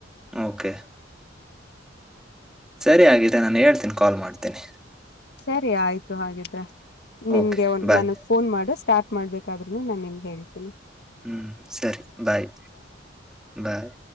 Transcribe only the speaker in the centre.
ಓಕೆ ಸರಿ ಆಗಿದೆಾ ನಾನ ಹೇಳ್ತೀನಿ ಕಾಲ್ ಮಾಡ್ತೇನೆ
ಓಕೆ ಬಾಯ್
ಹ್ಮ್ ಸರಿ ಬಾಯ್ ಬಾಯ್